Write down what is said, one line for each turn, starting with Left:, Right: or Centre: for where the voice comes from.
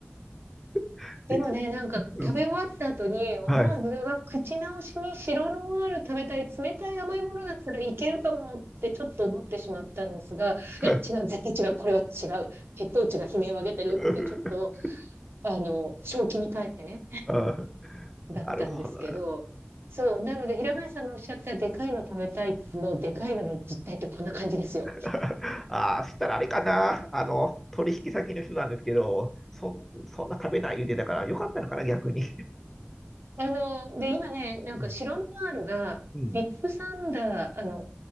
Centre: <laughs>
Right: でもね、
Centre: です。
Right: なんか食べ終わった後に思わず、
Centre: うんはい。
Right: うわ、口直しに白ノワール食べたい、冷たい甘いものだったらいけるかもってちょっと思ってしまったんですが、
Centre: はい
Right: いや、違う、絶対違う、これは違う。血糖値が悲鳴を上げてるってちょっと、
Centre: <laughs>
Right: あの、正気に帰ってね、
Centre: あー
Right: だったんですけど、
Centre: なるほど。
Right: そう、なので平林さんのおっしゃったでかいの食べたいの、でかいのの実態ってこんな感じですよ。
Centre: <laughs> ああ、そしたらあれかな。あの、取引先の人なんですけど、そ、そんな食べない言うてたから、よかったのかな、逆に。
Right: あの、で、今ね、なんか白ノワールが、
Centre: <laughs> うん。
Right: ビッグサンダー、あの、